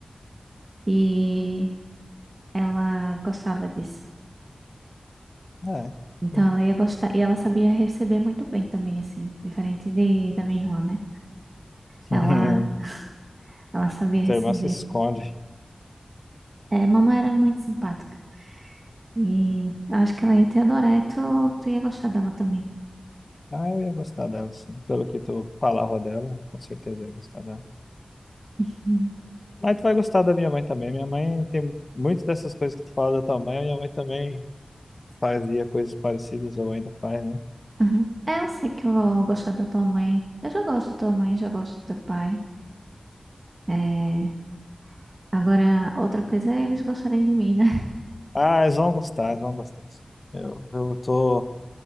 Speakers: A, on the right; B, on the left.
A: E ela gostava disso.
B: Ah, É.
A: Então
B: Hum.
A: ela ia gostar, e ela sabia receber muito bem também, assim, diferente de, da minha irmã, né?
B: <laughs>
A: Ela, ela sabia receber.
B: Tua irmã se esconde.
A: É, mamãe era muito simpática. E eu acho que ela ia te adorar e tu, tu ia gostar dela também.
B: Ah, eu ia gostar dela, sim. Pelo que tu falava dela, com certeza eu ia gostar dela.
A: Uhum.
B: Mas tu vai gostar da minha mãe também. Minha mãe tem muitas dessas coisas que tu fala da tua mãe, minha mãe também fazia coisas parecidas ou ainda faz, né?
A: Uhum. É, eu sei que eu vou gostar da tua mãe. Eu já gosto da tua mãe, já gosto do teu pai. É, Agora, outra coisa é eles gostarem de mim, né?
B: Ah, eles vão gostar, eles vão gostar. Eu, eu tô